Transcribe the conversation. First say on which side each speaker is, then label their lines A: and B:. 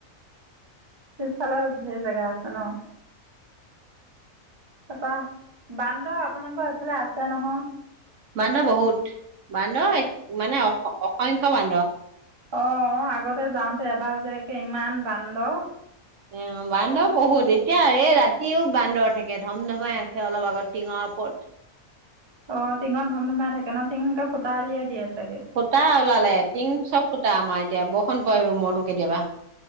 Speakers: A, on the right; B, on the right.
A: পিছফালৰ ধেৰ জেগা আছে ন তাৰপৰা বান্দৰ আপোনালোকৰ এইফালে আছে নহয়
B: বান্দ বহুত বান্দ এক মানে অ অসংখ্য্ বান্দ
A: অ আগতে যাওঁতে এবাৰ যে ইমান বান্দৰ
B: অ বান্দৰ বহুত এতিয়া এই ৰাতিও বান্দৰ থাকে ধম ধমাই আছে অলপ আগত টিঙৰ ওপৰত
A: অ টিঙত ধম ধমাই থাকে ন টিঙংকে ফুটা উলিয়াই দিয়ে চাগে
B: ফুটা ওলালে টিং চব ফুটা আমাৰ এতিয়া বৰষুণ পৰে ৰুমতো কেতিয়াবা